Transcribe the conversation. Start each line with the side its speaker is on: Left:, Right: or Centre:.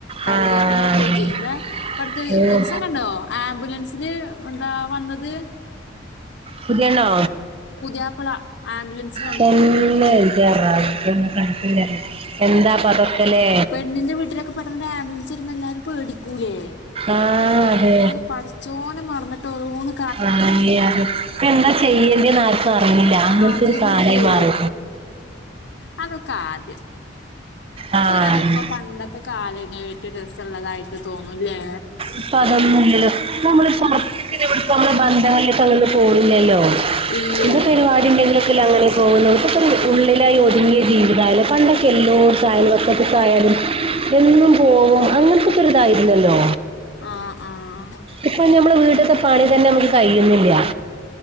Left: കല്യാണങ്ങളൊക്കെ
Right: ആ
Left: ആയിട്ട്
Right: അതെ.
Left: എന്താ ഇപ്പടത്തെ ഒരീസം
Right: ഓ
Left: കണ്ടോ ആംബുലൻസില് എന്താ വന്നത്
Right: പുതിയണ്ണോ
Left: പുതിയാപ്പള ആംബുലൻസ്
Right: തന്നെ ഇന്റെ റബ്ബേ എന്താപ്പൊ അതൊ ക്കല്ലേ
Left: പെണ്ണിൻ്റെ വീട്ടിലൊക്കെ പെട്ടന്ന് ആംബുലൻസ് വരുമ്പോ എല്ലാരും പേടിക്കൂലേ
Right: ആഹ് അതെ
Left: അത് പടച്ചോനെ മറന്നിട്ട് ഓരോന്നു
Right: ആഹ് ഇപ്പൊ എന്താ ചെയ്യേണ്ടന്ന് ആർക്കും അറിയില്ല അങ്ങനത്തൊരു
Left: അറിയണില്ലേ
Right: കാലായി മാറി
Left: അതൊക്കെ ആദ്യം
Right: ആഹ്
Left: ഇപ്പൊ
Right: ആഹ്
Left: ഇങ്ങനെ ആലോചിക്കുമ്പോ പണ്ടത്തെ കാലം ഏറ്റവും രസമുള്ളതായിട്ട് തോന്നൂല്ലേ
Right: ഇപ്പ അതൊന്നിലല്ലോ നമ്മള് <unintelligible> അങ്ങന്ന് പോണില്ലല്ലോ
Left: ഇല്ലേ
Right: എന്ത് പരിപാടി ഉണ്ടെങ്കിലൊക്ക അങ്ങനെ ഇപ്പൊ ഉള്ളിലായി ഒതുങ്ങിയ ജീവിതലേ പണ്ടൊക്കെ എല്ലോടുത്തും അയൽവക്കത്തും യാലും എന്നും പോവും അങ്ങനത്തെ തായിരുന്നല്ലോ
Left: ആഹ് ആഹ്
Right: ഇപ്പം ഞമ്മള വീട്ട്ത്തെ പണി തന്നെ നമുക്ക് കയ്യ്ണില്ല